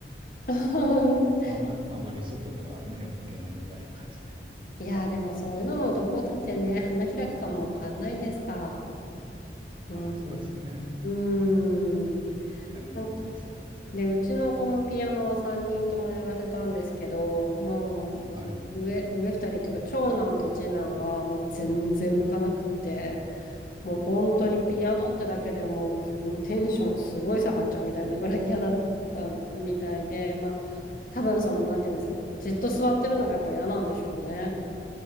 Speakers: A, on the left; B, on the right.
A: <laughs>
B: あま、あまり外には目を向けないみたいな感じで。
A: いやー、でもそういうのもどこでね、花開くかもわかんないですから。
B: まあ、
A: うん。
B: そうですね。
A: うん。
B: 気長に待ちますよ。
A: なんで、うちの子もピアノは3人ともやらせたんですけど、もう、
B: はい。
A: そ上、上2人っていうか、長男と次男はもう全然向かなくって、もう本当にピアノってだけでもう、
B: おー
A: もうテンションすごい下がっちゃうみたいなぐらい嫌だったみたいで、まあ、多分その、なんていうんですか、じっと座ってるのがやっぱ嫌なんでしょうね。